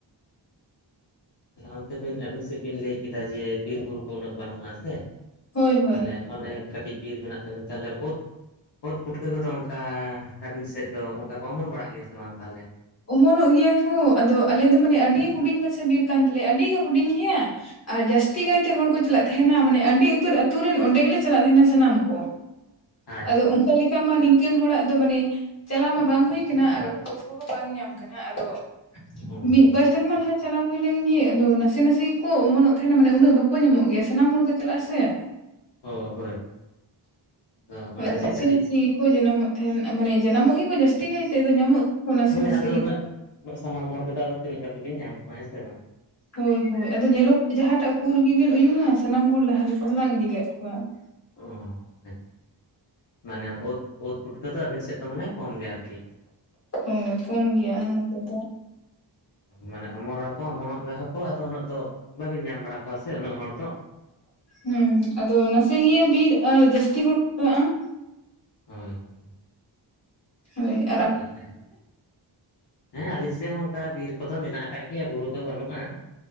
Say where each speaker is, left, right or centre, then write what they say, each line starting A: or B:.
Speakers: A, on the left (about 60°); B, on the left (about 35°).
A: ᱛᱟᱦᱚᱞᱮ ᱚᱱᱛᱮ ᱟᱹᱵᱤᱱ ᱥᱮᱫ ᱵᱤᱱ ᱞᱟᱹᱭ ᱠᱮᱫᱟ ᱡᱮ ᱵᱤᱨ ᱵᱩᱨᱩ ᱠᱚ ᱩᱱᱟᱹᱜ ᱵᱟᱹᱱᱩᱜᱼᱟ ᱥᱮ ᱾
B: ᱦᱳᱭ ᱦᱳᱭ
A: ᱟᱞᱮ ᱚᱱᱮ ᱠᱟᱹᱴᱤᱡ ᱵᱤᱨ ᱢᱮᱱᱟᱜ ᱛᱟᱞᱮ ᱛᱮ ᱩᱫ ᱚᱛ ᱯᱩᱴᱠᱟᱹ ᱠᱚᱫᱚ ᱚᱱᱠᱟ ᱟᱹᱵᱤᱱ ᱥᱮᱫ ᱫᱚ ᱚᱱᱠᱟ ᱠᱚ ᱚᱢᱚᱱ ᱵᱟᱲᱟᱜ ᱜᱮᱭᱟ ᱥᱮ ᱵᱟᱝ ᱛᱟᱦᱚᱞᱮ?
B: ᱚᱢᱚᱱᱚᱜ ᱜᱮᱭᱟ ᱠᱚ ᱟᱫᱚ ᱟᱞᱮ ᱫᱚ ᱢᱟᱱᱮ ᱟᱹᱰᱤ ᱦᱩᱰᱤᱧ ᱢᱟᱪᱷᱟ ᱵᱤᱨ ᱠᱟᱱ ᱛᱟᱞᱮᱭᱟ ᱟᱹᱰᱤ ᱜᱮ ᱦᱩᱰᱤᱧ ᱜᱮᱭᱟ ᱾ ᱟᱨ ᱡᱟᱹᱥᱛᱤ ᱠᱟᱭᱛᱮ ᱦᱚᱲ ᱠᱚ ᱪᱟᱞᱟᱜ ᱛᱟᱦᱮᱸᱱᱟ ᱢᱟᱱᱮ ᱟᱹᱰᱤ ᱩᱛᱟᱹᱨ ᱾ ᱟᱹᱛᱩ ᱨᱮᱱ ᱚᱸᱰᱮ ᱜᱮᱞᱮ ᱪᱟᱞᱟᱜ ᱛᱟᱦᱮᱸᱱᱟ ᱥᱟᱱᱟᱢ ᱠᱚ
A: ᱟᱪᱪᱷᱟ
B: ᱟᱫᱚ
A: ᱟᱪᱪᱷᱟ
B: ᱚᱱᱠᱟ ᱞᱮᱠᱟ ᱢᱟ ᱤᱱᱠᱟᱹᱱ ᱦᱚᱲᱟᱜ ᱫᱚ ᱢᱟᱱᱮ ᱪᱟᱞᱟᱣ ᱢᱟ ᱵᱟᱝ ᱦᱩᱭ ᱠᱟᱱᱟ ᱟᱨ ᱚᱠᱛᱚ ᱠᱚ ᱦᱚᱸ ᱵᱟᱝ ᱧᱟᱢ ᱟᱠᱟᱱᱟ ᱟᱫᱚ,
A: ᱚ
B: ᱢᱤᱫ ᱵᱟᱨ ᱴᱮᱨᱢᱟ
A: ᱟᱪᱪᱷᱟ
B: ᱞᱟᱦᱟ ᱪᱟᱞᱟᱣ ᱾ ᱦᱩᱭ ᱞᱮᱱ ᱜᱮ ᱟᱫᱚ ᱱᱟᱥᱮ ᱱᱟᱥᱮ ᱠᱚ ᱚᱢᱚᱱᱚᱜ ᱛᱟᱦᱮᱸᱱᱟ ᱢᱟᱱᱮ ᱩᱱᱟᱹᱜ ᱵᱟᱠᱚ ᱧᱟᱢᱚᱜ ᱜᱮᱭᱟ ᱥᱟᱱᱟᱢ ᱦᱚᱲ ᱠᱚ ᱪᱟᱞᱟᱜᱼᱟ ᱥᱮ ᱾
A: ᱚ ᱦᱳᱭ ᱟᱫᱚ
B: ᱦᱟᱭ
A: ᱚᱱᱮ
B: ᱫᱚ
A: ᱡᱮ
B: ᱱᱟᱥᱮ
A: ᱠᱟᱹᱴᱤᱡ
B: ᱱᱟᱥᱮ ᱾ ᱠᱚ ᱡᱟᱱᱟᱢᱚᱜ ᱛᱟᱦᱮᱸᱱ ᱢᱟᱱᱮ ᱡᱟᱱᱟᱢᱚᱜ ᱜᱮᱠᱚ ᱡᱟᱹᱥᱛᱤ ᱠᱟᱭᱛᱮ ᱧᱟᱢᱚᱜ ᱱᱟᱥᱮ
A: ᱦᱚᱭ
B: ᱱᱟᱥᱮ
A: ᱟᱫᱚ
B: ᱜᱮ
A: ᱩᱱᱟᱹᱜ ᱥᱟᱱᱟᱢ ᱦᱚᱲ ᱛᱮᱫᱚ ᱟᱫᱚ ᱛᱤᱱᱟᱹᱜ ᱠᱟᱛᱮ ᱵᱤᱱ ᱧᱟᱢ ᱠᱚᱣᱟ ᱦᱮᱸ ᱥᱮ ᱵᱟᱝ?
B: ᱦᱚᱭ ᱦᱚᱭ ᱟᱫᱚ ᱧᱮᱞᱚᱜ ᱡᱟᱦᱟᱸᱴᱟᱜ ᱯᱩᱨ ᱜᱤᱵᱤᱱ ᱩᱭᱩᱝᱼᱟ ᱥᱟᱱᱟᱢ ᱦᱚᱲ ᱞᱟᱦᱟ ᱨᱮ ᱠᱚ ᱦᱟᱞᱟᱝ ᱤᱫᱤ ᱠᱟᱜ ᱠᱚᱣᱟ ᱾
A: ᱚᱸ ᱾ ᱢᱟᱱᱮ ᱚᱛ ᱚᱛ ᱯᱩᱴᱠᱟᱹ ᱫᱚ ᱟᱹᱵᱤᱱ ᱥᱮᱫ ᱫᱚ ᱢᱟᱱᱮ ᱠᱚᱢ ᱜᱮ ᱟᱨ ᱠᱤ?
B: ᱦᱮᱸᱠᱚᱢ ᱜᱮᱭᱟ ᱱᱚᱛᱮ ᱫᱚ ᱾
A: ᱢᱟᱱᱮ ᱚᱢᱚᱨ ᱨᱮᱦᱚᱸ ᱠᱚ ᱚᱢᱚᱱᱚᱜ ᱨᱮᱦᱚᱸ ᱠᱚ ᱟᱫᱚ ᱩᱱᱟᱹᱜ ᱫᱚ ᱵᱟᱹᱵᱤᱱ ᱧᱟᱢ ᱵᱟᱲᱟ ᱠᱚᱣᱟ ᱥᱮ ᱩᱱᱟᱹᱜ ᱦᱚᱲ ᱫᱚ?
B: ᱦᱚᱸ ᱟᱫᱚ ᱱᱟᱥᱮᱤᱭᱟᱹ ᱵᱤᱨ ᱟᱨ ᱡᱟᱹᱥᱛᱤ ᱦᱚᱲ ᱠᱚ ᱪᱟᱞᱟᱜᱼᱟ ᱾
A: ᱦᱚᱭ ᱾
B: ᱦᱟᱭ ᱾
A: ᱟᱞᱮ ᱦᱮᱸ ᱟᱞᱤᱧ ᱥᱮᱫ ᱦᱚᱸ ᱚᱱᱠᱟ ᱵᱤᱨ ᱠᱚᱫᱚ ᱢᱮᱱᱟᱜ ᱟᱠᱟᱫ ᱜᱮᱭᱟ ᱵᱩᱨᱩ ᱫᱚ ᱵᱟᱹᱱᱩᱜᱼᱟ ᱾